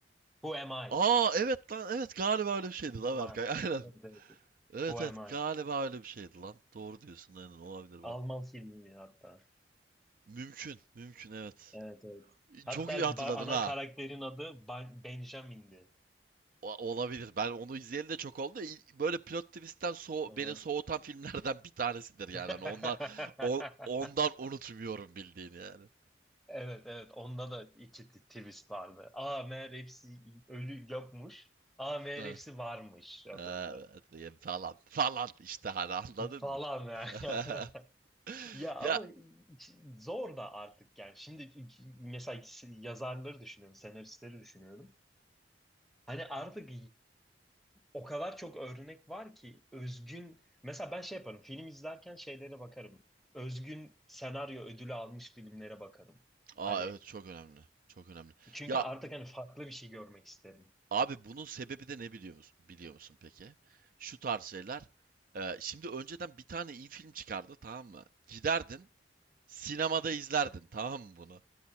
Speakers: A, in the centre; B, on the right.
A: Who Am I?
B: Aa evet lan evet galiba öyle bir şeydi
A: Who
B: lan
A: Am
B: Berkay
A: I?
B: <laughs> aynen.
A: Evet, evet.
B: Evet
A: Who Am
B: evet
A: I?
B: galiba öyle bir şeydi lan. Doğru diyorsun aynen olabilir
A: Alman
B: bak.
A: filmi hatta.
B: Mümkün mümkün evet.
A: Evet evet. Hatta
B: Çok iyi
A: ba-
B: hatırladın
A: ana
B: ha.
A: karakterin adı Ban- Benjamin'di.
B: O- Olabilir. Ben onu izleyeli de çok oldu. İ- Böyle plot twist'ten so
A: Doğru.
B: beni soğutan filmlerden bir tanesidir yani.
A: <laughs>
B: Hani ondan o- ondan unutmuyorum bildiğini yani.
A: Evet evet onda da iki t- twist vardı. Aa meğer hepsi ölü yokmuş. Aa meğer
B: Heh,
A: hepsi varmış ya
B: Evet
A: döndü.
B: yani falan falan işte hani anladın
A: Falan
B: mı?
A: ya.
B: <laughs>
A: <laughs> Ya ama
B: Ya <laughs>
A: zor da artık yani. Şimdi mesela yazarları düşünüyorum, senaristleri düşünüyorum. Hani artık O kadar çok örnek var ki özgün mesela ben şey yaparım film izlerken şeylere bakarım. Özgün senaryo ödülü almış filmlere bakarım.
B: Aa
A: Hani
B: evet çok önemli. Çok önemli.
A: çünkü
B: Ya
A: artık hani farklı bir şey görmek isterim.
B: abi bunun sebebi de ne biliyor musun, biliyor musun peki? Şu tarz şeyler. Ee, şimdi önceden bir tane iyi film çıkardı tamam mı? Giderdin sinemada izlerdin tamam mı bunu?